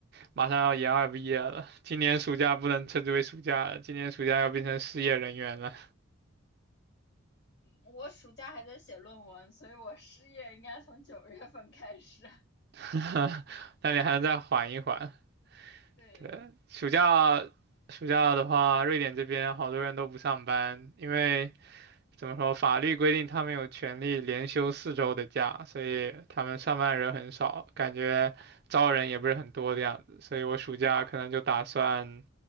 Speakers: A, on the right; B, on the left.
A: 马上要研二毕业了，今年暑假不能称之为暑假了，今年暑假要变成失业人员了。
B: 嗯，我暑假还在写论文，所以我失业应该从九月份开始。
A: <laughs> 那你还能再缓一缓。
B: <laughs> 对，
A: 对，暑假，暑假的话，瑞典这边好多人都不上班，因为怎么说？法律规定他们有权利连休四周的假，所以他们上班人很少，感觉招人也不是很多的样子。所以我暑假可能就打算